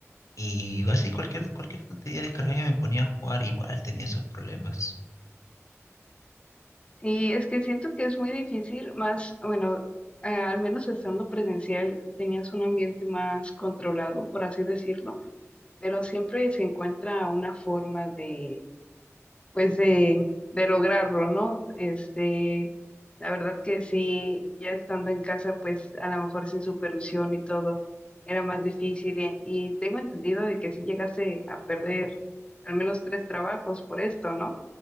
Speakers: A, on the left; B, on the left.
A: y así cualquier, cualquier tontería descargaba y me ponía a jugar, igual tenía esos problemas.
B: Sí, es que siento que es muy difícil, más, bueno, eh, al menos estando presencial tenías un ambiente más controlado, por así decirlo pero siempre se encuentra una forma de, pues de, de lograrlo, ¿no? Este, la verdad que sí, ya estando en casa, pues a lo mejor sin supervisión y todo, era más difícil y, y tengo entendido de que sí llegaste a perder al menos tres trabajos por esto, ¿no?